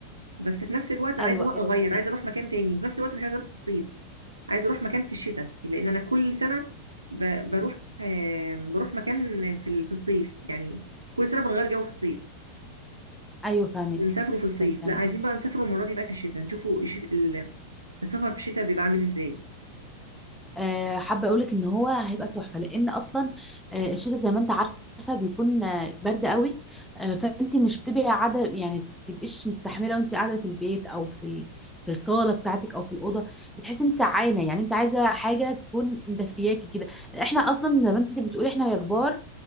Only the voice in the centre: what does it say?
ايوه
ايوه
فاهمك
ايوه فاهمك
فاهمك
آه، حابه اقول لك ان هو هيبقى تحفه لان اصلا آه، الشتاء زي ما انت عارفه بيكون آه، برد قوي آه، فانت مش بتبقي قاعده يعني تبقيش مستحمله وانت قاعده في البيت او في ال- في الصاله بتاعتك او في الاوضه بتحسي انت سعانه يعني انت عايزه حاجه تكون مدفياكي كده احنا اصلا زي ما انت بتقولي احنا يا كبار